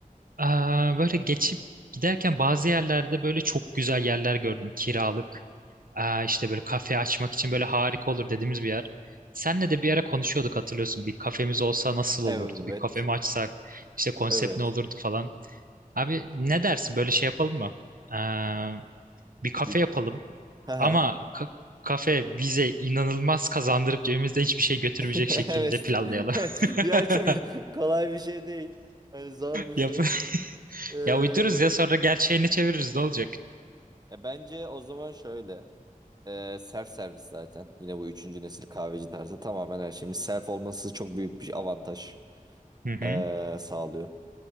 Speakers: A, on the right; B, on the right.
A: Aa, böyle geçip giderken bazı yerlerde böyle çok güzel yerler gördüm kiralık. Aa, işte böyle kafe açmak için böyle harika olur dediğimiz bir yer. Senle de bir ara konuşuyorduk hatırlıyorsun. Bir kafemiz olsa nasıl olurdu?
B: Evet.
A: Bir kafe mi açsak? İşte konsept
B: Evet.
A: ne olurdu falan. Abi ne dersin böyle şey yapalım mı? Aa, bir kafe
B: Bir...
A: yapalım
B: Haha.
A: ama ka- kafe bize inanılmaz kazandırıp cebimizde hiçbir şey götürmeyecek
B: <laughs> Evet.
A: şekilde planlayalım.
B: <laughs> Yani çok
A: <laughs>
B: <laughs> kolay bir şey değil. Hani zor bir
A: Yap
B: şey.
A: <laughs>
B: Ee,
A: ya uydururuz ya sonra gerçeğini çeviririz ne olacak?
B: ya bence o zaman şöyle. Ee, self servis zaten. Yine bu üçüncü nesil kahveci tarzı tamamen her şeyimiz self olması çok büyük bir avantaj
A: Hı hı.
B: ee, sağlıyor.